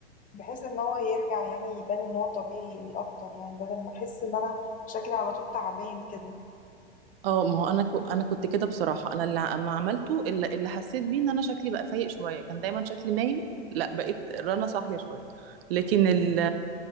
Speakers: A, on the left (about 25°); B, on the right (about 60°).
A: بحيث إن هو يرجع يعني يبان إن هو طبيعي أكتر يعني بدل ما أحس إن أنا شكلي على طول تعبان كده
B: اه ما هو انا كو انا كنت كده بصراحه انا اللي ع- ما عملته اللي, اللي حسيت بيه ان انا شكلي بقى فايق شويه كان دايما شكلي نايم لا بقيت رنا صاحيه شويه لكن ال